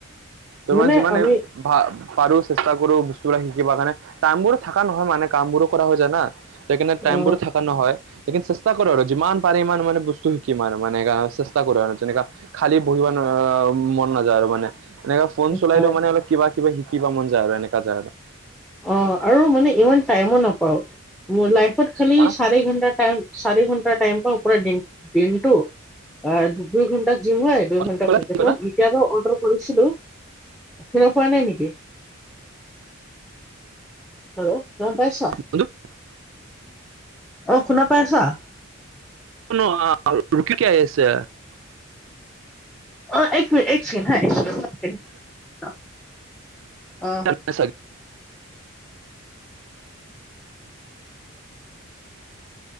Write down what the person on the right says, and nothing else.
তোমাৰ
যিমান
এই ভা পাৰো চেষ্টা কৰো বস্তুবিলাক শিকিব কাৰণে টাইম বোৰ থাকা নহয় মানে কাম বোৰো কৰা হৈ যায় না সেইকাৰণে টাইম
বোৰ থাকা নহয়। লেকিন চেষ্টা কৰো আৰু যিমান পাৰে ইমান মানে বস্তু শিকিম আৰু মানে চেষ্টা কৰো আৰু যেনেকা খালি বহিব অ মন নাযায় আৰু মানে এনেকা ফোন চলাই
লও মানে অলপ কিবা কিবা শিকিব মন যায় আৰু এনেকা যায় আৰু
হা
কি ক'লা কি
ক'লা
<unintelligible>
শুনো আ ৰুকি কি আহি আছে।
চাগ <unintelligible>